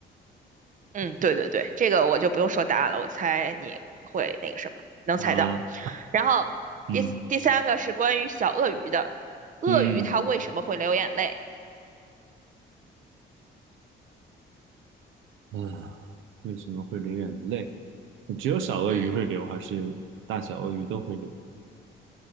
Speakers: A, on the right (about 40°); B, on the right (about 85°).
A: 嗯，对对对，这个我就不用说答案了，我猜你会那个什么，能猜到。
B: 啊，
A: 然后第四第三个是关于小鳄鱼的，
B: 嗯
A: 鳄鱼它为什么会流眼泪？
B: 嗯啊，为什么会流眼泪？只有小鳄鱼会流，
A: 嗯
B: 还是大小鳄鱼都会流？